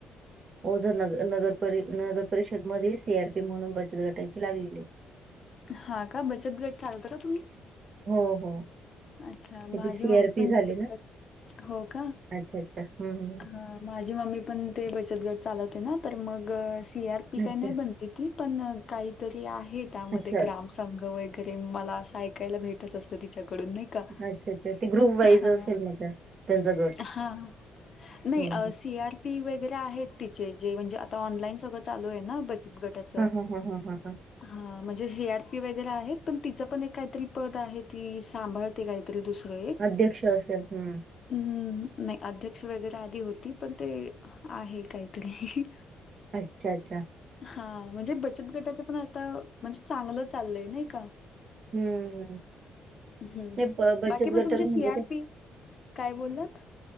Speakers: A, on the right; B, on the left.
A: ओझर न नगरप नगर परिषद मध्ये सी आर पी म्हणून बचत गटायची लागलेली
B: हा का बचत गट चालवता का तुम्ही?
A: हो हो
B: अच्छा
A: त्याची
B: माझी
A: सी-आर-पी
B: मम्मी पण
A: झाली
B: बचत
A: ना?
B: कर हो का?
A: अच्छा, अच्छा. हं, हं.
B: हा माझी मम्मी पण ते बचत गट चालवते ना तर मग सी आर पी काय
A: अच्छा,
B: नाही बनती ती पण काहीतरी आहे त्यामध्ये
A: अच्छा,
B: ग्राम संघ वगैरे मला असं ऐकायला भेटत असतं तिच्याकडून नाही का
A: अच्छा अच्छा ते ग्रुप वाईज
B: हा
A: असेल मग त्या त्यांचा गट
B: हा नाही
A: हं, हं.
B: सी आर पी वगैरे आहेत तिचे जे म्हणजे आता ऑनलाईन सगळं चालू आहे ना बच त गटाच
A: हां, हां, हां, हां, हां, हां.
B: हा म्हणजे सी आर पी वगैरे आहेत पण तिचं पण एक काहीतरी पद आहे ती सांभाळते काही तरी दुसरं एक
A: अध्यक्ष असेल. हं.
B: हम्म नाही अध्यक्ष वगैरे आधी होती पण ते आहे काहीतरी
A: अच्छा! अच्छा!
B: हा म्हणजे बचत गटाच पण आता म्हणजे चांगलं चाललंय नाही का.
A: हम्म, हम्,
B: हं.
A: नाही बचत
B: बाकी मग
A: गटाला
B: तुमचे सी-आर-पी
A: म्हणजे कस
B: काय बोलात?